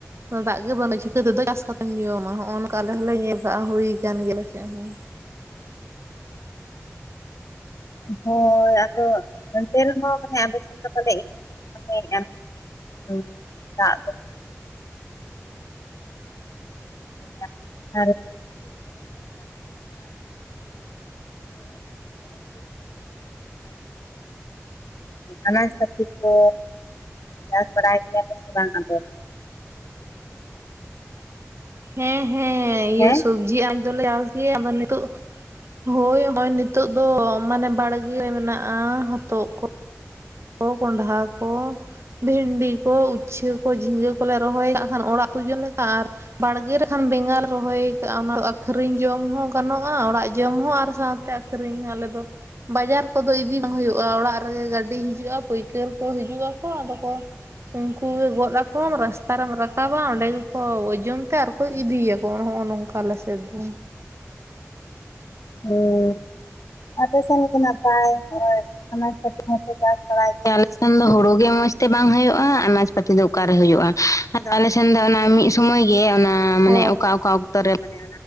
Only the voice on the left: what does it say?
ᱦᱳᱭ ᱟᱫᱚ ᱚᱱᱛᱮ ᱨᱮᱦ ᱢᱟᱱᱮ ᱟᱞᱮ ᱥᱮᱱ ᱫᱚ ᱯᱟᱞᱮᱫ ᱤᱧ ᱢᱚᱱᱮᱭᱮᱫᱼᱟ ᱢᱟᱱᱮᱼᱼ ᱢᱟᱱᱮ ᱫᱟᱜ ᱫᱚ ᱾
<unintelligible> <unintelligible> ᱟᱱᱟᱡᱽᱯᱟᱹᱛᱤ ᱠᱚ ᱪᱟᱥ ᱵᱟᱲᱟᱭ ᱜᱮᱭᱟᱯᱮ ᱥᱮ ᱵᱟᱝ ᱟᱯᱮ ᱫᱚ?
ᱦᱮᱸ
ᱦᱩᱸ ᱟᱯᱮ ᱥᱮᱱ ᱜᱮ ᱱᱟᱯᱟᱭ ᱦᱳᱭ᱾ ᱟᱱᱟᱡᱽ ᱯᱟᱹᱛᱤ ᱦᱚᱸᱯᱮ ᱪᱟᱥ ᱵᱟᱲᱟᱭ ᱜᱮᱭᱟ ᱟᱞᱮᱥᱱ ᱫᱚ ᱦᱩᱲᱩ ᱜᱮ ᱢᱚᱸᱡᱽᱛᱮ ᱵᱟᱝ ᱦᱩᱭᱩᱜᱼᱟ ᱟᱱᱟᱼᱼ ᱯᱟᱛᱤ ᱫᱚ ᱚᱠᱟᱨᱮ ᱦᱩᱭᱩᱜᱼᱟ ᱟᱫᱚ ᱟᱞᱮᱥᱮᱱ ᱫᱚ ᱚᱱᱟ ᱢᱤᱫ ᱥᱩᱚᱢᱚᱭ ᱜᱮ ᱚᱱᱟ᱾ ᱢᱟᱱᱮ
ᱚᱠᱟ ᱚᱠᱟ ᱚᱠᱛᱚ ᱨᱮ ᱢᱟᱱᱮ